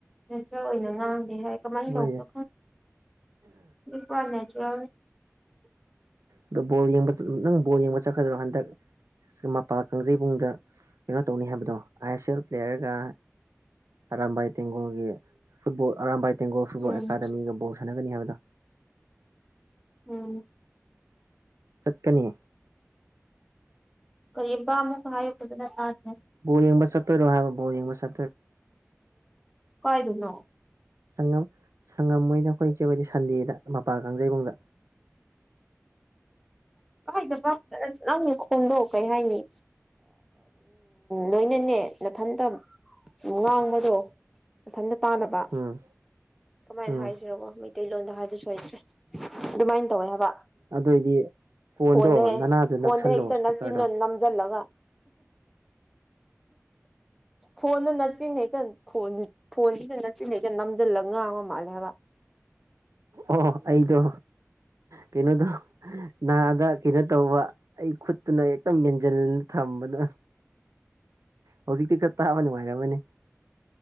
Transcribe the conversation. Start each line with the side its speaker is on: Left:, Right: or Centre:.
Centre: ꯅꯦꯆꯔ ꯑꯣꯏꯅ ꯉꯥꯡꯗꯦ ꯍꯥꯏ ꯀꯃꯥꯏꯅ
Right: ꯃꯣꯏꯁꯦ
Centre: ꯇꯧꯕꯅꯣ ꯈꯪꯉꯦ ꯀ
Right: ꯑꯗꯣ ꯕꯣꯔ ꯌꯦꯡꯕ ꯅꯪ ꯕꯣꯔ ꯌꯦꯡꯕ ꯆꯠꯀꯗ꯭ꯔꯣ ꯍꯟꯗꯛ ꯁꯤ ꯃꯄꯥꯜ ꯀꯥꯡꯖꯩꯕꯨꯡꯗ ꯀꯩꯅꯣ ꯇꯧꯅꯤ ꯍꯥꯏꯕꯗꯣ ꯑꯥꯏ ꯑꯦꯁ ꯑꯦꯜ ꯄ꯭ꯂꯦꯌꯔꯒ ꯑꯔꯝꯕꯥꯏ ꯇꯦꯡꯒꯨꯒꯤ ꯐꯨꯠꯕꯣꯜꯔꯝꯕꯥꯏ ꯇꯦꯡꯒꯣꯜ ꯁꯨꯕꯨ
Centre: ꯎꯝ
Right: ꯑꯦꯀꯥꯗꯃꯤꯒ ꯕꯣꯜ ꯁꯥꯟꯅꯒꯅꯤ ꯍꯥꯏꯕꯗꯣ
Centre: ꯎꯝ
Right: ꯆꯠꯀꯅꯤ
Centre: ꯀꯔꯤꯕꯥ ꯑꯃꯨ ꯍꯥꯏ ꯍꯥꯏꯗꯅ ꯁꯥꯖ
Right: ꯣꯗꯤꯡꯕ ꯁꯔꯣꯏꯔꯣꯍꯕꯣꯡꯕ ꯁ
Centre: ꯀꯣꯏꯗꯨꯅꯣ
Right: ꯁꯉꯝ ꯁꯪꯉꯝꯣꯏ ꯑꯣꯏꯅ ꯑꯩꯈꯣꯏꯁꯦ ꯑꯣꯏꯗꯤ ꯁꯟꯗꯦꯗ ꯃꯄꯥ ꯀꯥꯡꯖꯩꯕꯨꯡꯗ <unintelligible>
Centre: ꯪ ꯈꯣꯡꯗꯣ ꯀꯩ ꯍꯥꯏꯅꯤ ꯂꯣꯏꯅꯅꯦ ꯃꯊꯟꯇ ꯉꯥꯡꯕꯗꯣ ꯃꯊꯟꯇ ꯇꯥꯟꯅꯕ
Right: ꯎꯝ
Centre: ꯀꯃꯥꯏꯅ
Right: ꯎꯝ
Centre: ꯍꯥꯏꯁꯤꯔꯕꯣ ꯃꯩꯇꯩꯂꯣꯟꯗ ꯍꯥꯏꯕꯁꯨꯦ ꯑꯗꯨꯃꯥꯏꯅ ꯇꯧꯋꯦ ꯍꯥꯏꯕ
Right: ꯑꯗꯨꯑꯣꯏꯗꯤ ꯐꯣꯟꯗꯣ
Centre: ꯐꯣꯟꯗ
Right: ꯅꯅꯥꯗꯨ
Centre: ꯐꯣꯟꯗ
Right: ꯅꯛꯁꯜꯂꯣ
Centre: ꯍꯦꯛꯇ
Right: ꯏꯁꯄꯤꯀꯔꯗꯣ
Centre: ꯅꯞꯆꯤꯟꯅ
Right: ꯎ
Centre: ꯅꯝꯁꯤꯜꯂꯒ ꯐꯣꯟꯗ ꯅꯠꯆꯤ ꯍꯦꯛꯇꯣꯟ ꯐꯣꯟꯁꯤꯗ ꯅꯠꯆꯤ ꯍꯦꯛꯇ ꯅꯝꯁꯤꯜꯂꯒ ꯉꯥꯡꯉ ꯃꯥꯜꯂꯦ ꯍꯥꯏꯕ
Right: ꯑꯣ ꯑꯩꯗꯣ ꯀꯩꯅꯣꯗꯣ ꯍꯥꯗ ꯀꯩꯅꯣ ꯇꯧꯕ ꯑꯩ ꯈꯨꯠꯇꯨꯅ ꯍꯦꯛꯇꯝ ꯃꯦꯟꯁꯤꯟ ꯊꯝꯕꯗꯣ ꯍꯧꯖꯤꯛꯇꯤ ꯈꯔ ꯇꯥꯕ ꯅꯨꯡꯉꯥꯏꯔꯝꯃꯅꯦ